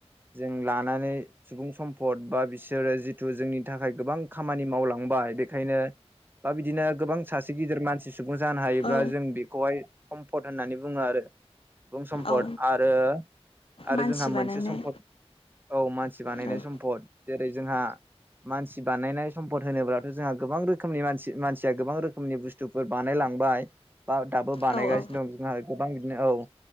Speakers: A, on the right (about 20°); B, on the left (about 55°).
A: जों लानानै सुबुं सम्फद बा बिसोरो जिथु जोंनि थाखाय गोबां खामानि मावला बाय बेखायनो बा बिदिनो गोबां सासे गिदिर मानसि सुबुं जानो हायोब्ला
B: औ
A: जों बेखौहाय सम्फद होननानै बुङो अरो सुबुं सम्पद
B: औ
A: आरो आरो
B: मानसि
A: जोंहा मोनसे
B: बानायनाय
A: सम्पद औ मानसि बानायनाय
B: औ
A: सम्फद जेरै जोंहा मानसि बानायनाय सम्पद होनोब्लाथ' जोंहा गोबां रो खोनि मानसि मानसिया गोबां रोखोमनि बुस्तुफोर बानायलांबाय बा दाबो बानायगासिनो
B: औ औ
A: दं गोबां बिदिनो औ